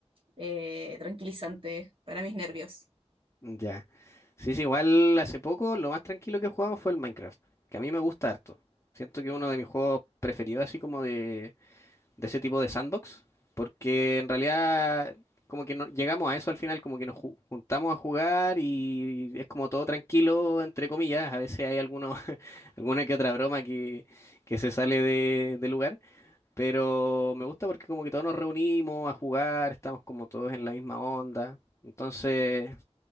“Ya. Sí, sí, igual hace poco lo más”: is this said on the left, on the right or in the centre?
Left